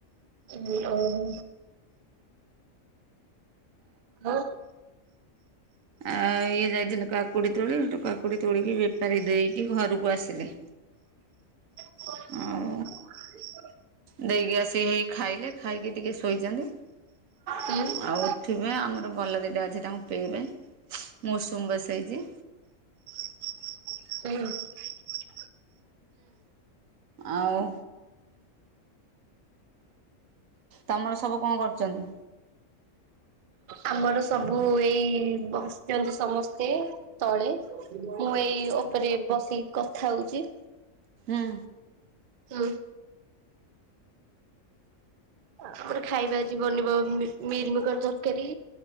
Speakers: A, on the right; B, on the right.
A: ଉ ଓହୋ। ଅ
B: ଆ ଇଏ ଯାଇଥିଲେ କାକୁଡି ତୋଳି ହେଠୁ କାକୁଡି ତୋଳିିକି ବେପାରୀକି ଦେଇକି ଘରକୁ ଆସିଲେ।
A: ଓହୋ।
B: ଆଉ ଦେଇକି ଆସିକି ହେଇ ଖାଇଲେ ଖାଇକି ଟିକେ ଶୋଇଚନ୍ତି।
A: ହୁଁ
B: ଆଉ ଉଠିବେ ଆମର ବଲ ଦିଟା ଅଛି ତାଙ୍କୁ ପେଇବେ। ମୁଁ ଉଷୁମ୍ ବସେଇଚି।
A: ଶୋଇନି।
B: ଆଉ ତମର ସବୁ କଣ କରୁଚନ୍ତି?
A: ଆମର ସବୁ ଏଇ ବସଚନ୍ତି ସମସ୍ତେ ତଳେ। ମୁଁ ଏଇ ଓପରେ ବସିକି କଥା ହୋଉଚି।
B: ଆଁ
A: ତ ଆ ଆମର ଖାଇବା ଆଜି ବନିବ ମି-ମିଲମି ମିକର ତରକାରୀ,